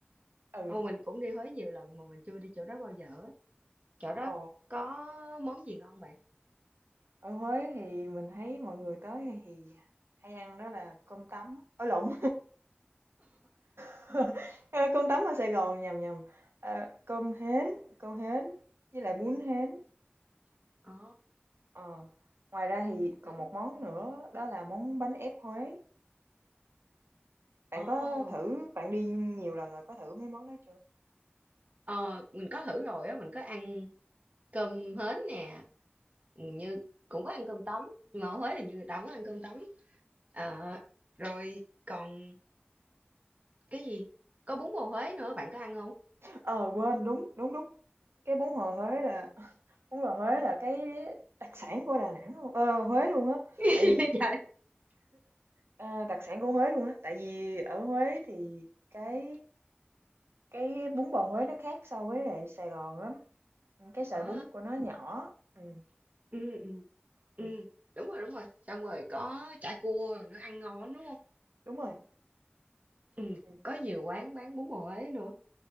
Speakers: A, on the right (about 80°); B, on the right (about 35°).
A: Ừ,
B: Ồ, mình cũng đi Huế nhiều lần mà mình chưa đi chỗ đó bao giờ á. Chỗ đó
A: ờ,
B: có món gì ngon bạn?
A: ở Huế thì mình thấy mọi người tới hay thì hay ăn đó là cơm tấm, ối lộn, <laughs> ơ, cơm tấm ở Sài Gòn, nhầm, nhầm, ờ, cơm hến, cơm hến với lại bún hến.
B: Ồ,
A: Ờ, ngoài ra
B: hên
A: thì còn
B: hến.
A: một món nữa đó là món bánh ép Huế. Bạn
B: Ồ,
A: có thử bạn đi nhiều lần rồi, có thử mấy món đó chưa?
B: ờ, mình có thử rồi á, mình có ăn cơm hến nè, như cũng có ăn cơm tấm, nhưng mà ở Huế thì như người ta không có ăn cơm tấm. Ờ, rồi còn cái gì? Có bún bò Huế nữa, bạn có ăn không?
A: Ờ, quên, đúng, đúng, đúng. Cái bún bò Huế là bún bò Huế là cái đặc sản của Đà Nẵng luôn, ờ, Huế luôn á.
B: <laughs>
A: Tại vì
B: Vậy.
A: ờ, đặc sản của Huế luôn á. Tại vì ở Huế thì cái cái bún bò Huế nó khác so với lại Sài Gòn lắm. Ừ, Cái sợi
B: À,
A: bún của nó nhỏ. Ừ,
B: ừ, ừ,
A: ừ,
B: ừ, đúng rồi, đúng rồi. Xong rồi có chả cua rồi nữa, ăn ngon lắm đúng không?
A: đúng rồi.
B: Ừ,
A: Ừ.
B: có nhiều quán bán bún bò Huế nữa.